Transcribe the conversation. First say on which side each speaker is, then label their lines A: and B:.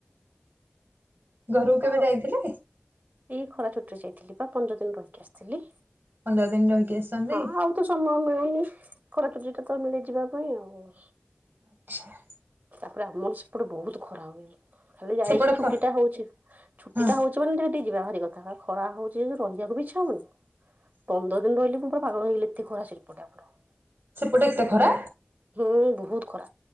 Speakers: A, on the right; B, on the right.
A: ଘରକୁ
B: ଏଇତ
A: କେବେ ଯାଇଥିଲେ
B: ଏଇ ଖରା ଛୁଟିରେ ଯାଇଥିଲି ବା ପନ୍ଦର ଦିନ ରହିକି ଆସିଥିଲି।
A: ପନ୍ଦର ଦିନ ରହିକି ଆସିଛନ୍ତି?
B: ହଁ ଆଉ ତ ସମୟ ମିଳେନି ଖରାଛୁଟି ଟା ତ ମିଳେ ଯିବା ପାଇଁ ଆଉ।
A: ଆଚ୍ଛା।
B: ତାପରେ ଆମର ସେପଟେ ବୋହୁତ ଖରା ହୁଏ ଖାଲି ଯାଇକି
A: ସେପଟେ
B: ଛୁଟିଟା
A: ଖ
B: ହୋଉଚି। ଛୁଟି
A: ହଁ
B: ଟା ହୋଉଚି ମାନେ ଟିକେ ଯିବା ଭାରି କଥା ଖରା ହୋଉଚି ରହିବାକୁ ଇଛା ହୋଉନି। ପନ୍ଦର ଦିନ ରହିଲି ମୁଁ ପୁରା ପାଗଳ ହେଇଗଲି ଏତେ ଖରା ସେପଟେ ଆମର।
A: ସେପଟେ ଏତେ ଖରା?
B: ହୁଁ ବୋଉତ୍ ଖରା